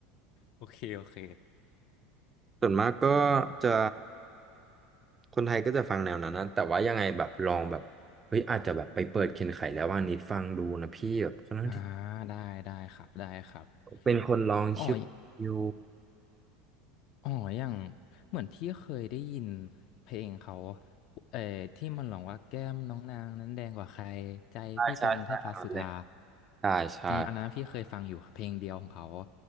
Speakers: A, on the left; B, on the right.
A: โอเคโอเค
B: ส่วนมากก็จะคนไทยก็จะฟังแนวนั้นนะแต่ว่ายังไงแบบลองแบบเฮ้ยอาจจะแบบไปเปิดเคนไขแล้วว่านิดฟังดูนะพี่แบบคอนข้างที่
A: อ่าได้ได้ครับได้ครับ
B: เป็นคนลองชื่ออยู่
A: อ๋อ อ๋ออย่างเหมือนพี่เคยได้ยินเพลงเขาเอ่อที่มันร้องว่าแก้มน้องนางนั้นแดงกว่าใครใจพี่จมแทบพัสสุธา
B: ใช่ใช่ใช่อันนั้นเลยใช่ใช่
A: อืมอันนั้นพี่เคยฟังอยู่ค่ะเพลงเดียวของเขา